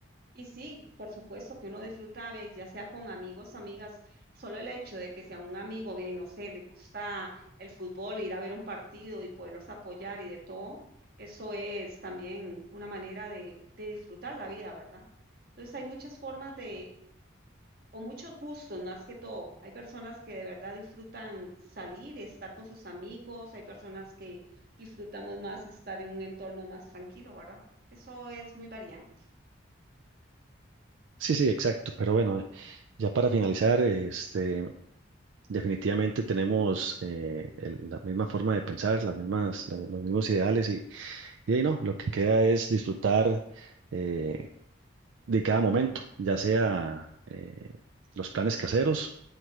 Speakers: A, on the right; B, on the right.
A: Y sí, por supuesto que uno disfruta, vea, ya sea con amigos o amigas, solo el hecho de que sea un amigo, bien, no sé, le gusta el fútbol, ir a ver un partido y poderlos apoyar y de todo, eso es también una manera de, de disfrutar la vida, ¿verdad? Entonces hay muchas formas de, o muchos gustos más que todo. Hay personas que de verdad disfrutan salir, estar con sus amigos, hay personas que disfrutamos más estar en un entorno más tranquilo, ¿verdad? Eso es muy variante.
B: Sí, sí, exacto. Pero bueno, eh, ya para finalizar, este, definitivamente tenemos eh, el- la misma forma de pensar, las mismas, la- los mismos ideales y, y ahí no, lo que queda es disfrutar eh, de cada momento, ya sea eh, los planes caseros